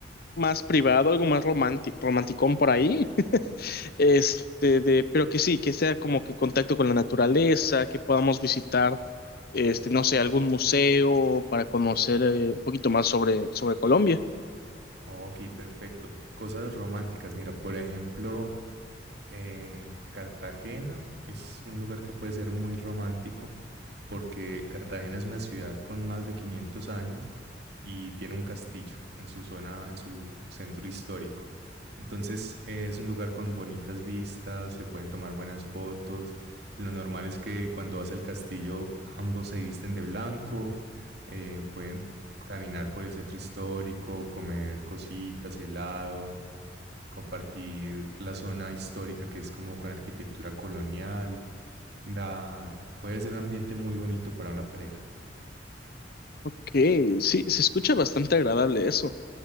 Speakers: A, on the left; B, on the right.
A: más privado, algo más romántico, romanticón por ahí, <laughs> este, de, pero que sí, que sea como que contacto con la naturaleza, que podamos visitar, este, no sé, algún museo para conocer eh, un poquito más sobre, sobre Colombia.
B: Ok, perfecto. Cosas románticas, mira, por ejemplo, eh, Cartagena es un lugar que puede ser muy romántico porque Cartagena es una ciudad con más de 500 años y tiene un castillo en su zona, en su centro histórico. Entonces eh, es un lugar con bonitas vistas, se pueden tomar buenas fotos. Lo normal es que cuando vas al castillo ambos se visten de blanco, eh, pueden caminar por el centro histórico, comer cositas, helado, compartir la zona histórica que es como con arquitectura colonial. Da, puede ser un ambiente muy bonito para una pareja.
A: Ok, sí, se escucha bastante agradable eso.